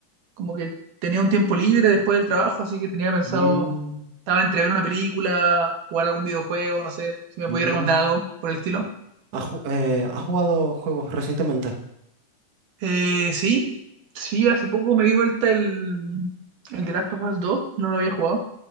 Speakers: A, on the right (about 85°); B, on the right (about 60°).
A: como que tenía un tiempo libre después del trabajo, así que tenía pensado,
B: Mm,
A: estaba entre ver una película, jugar algún videojuego, no sé, si me
B: mm.
A: podías recomendar algo por el estilo.
B: ¿Has, ju- eh, has jugado juegos recientemente?
A: Eh, sí, sí, hace poco me di vuelta el, el The Last of Us 2, no lo había jugado.